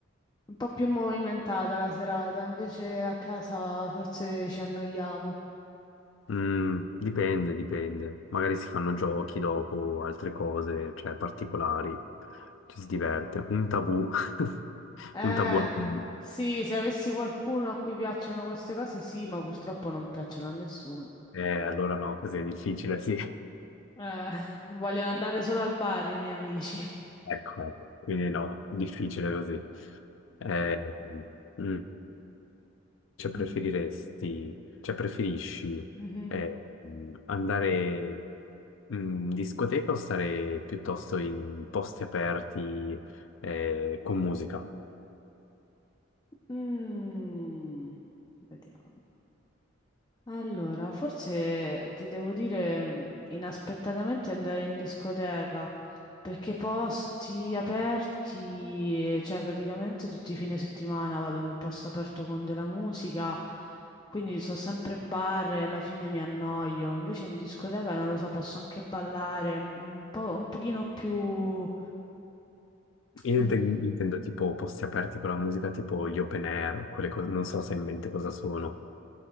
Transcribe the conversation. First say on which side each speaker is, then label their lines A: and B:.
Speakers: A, on the left; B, on the left.
A: Un po' più movimentata la serata, invece a casa forse ci annoiamo.
B: Mm, dipende, dipende. Magari si fanno giochi dopo, altre cose, cioè particolari. Ci si diverte. Un tabù. <laughs>
A: Eh,
B: Un tabù. al mondo.
A: sì, se avessi qualcuno a cui piacciono queste cose, sì, ma purtroppo non piacciono a nessuno.
B: Eh, allora no, così è difficile, sì.
A: Eh, vogliono andare solo al bar i miei amici.
B: Ecco, ecco. Quindi no, difficile così. Eh, mm, cioè preferiresti,
A: Mm,
B: cioè preferisci
A: mhm.
B: eh, mm, andare mm, in discoteca o stare piuttosto in posti aperti eh, con musica?
A: Mm, vediamo. Allora, forse ti devo dire mm, inaspettatamente andare in discoteca. Perché posti aperti, cioè praticamente tutti i fine settimana vado in un posto aperto con della musica, quindi so sempre bar e alla fine mi annoio. Invece in discoteca non lo so, posso anche ballare un po', un pochino più...
B: Io
A: mm,
B: inten- intendo tipo posti aperti con la musica, tipo gli open air, quelle cose, non so se hai in mente cosa sono.